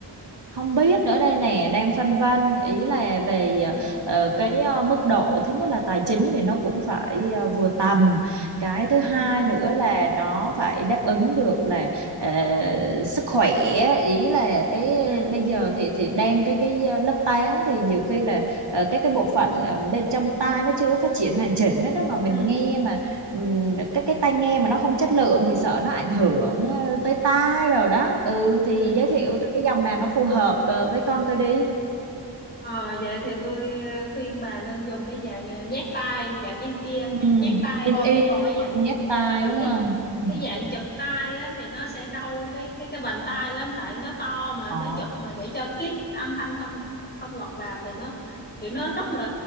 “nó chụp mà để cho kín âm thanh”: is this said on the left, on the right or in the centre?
Left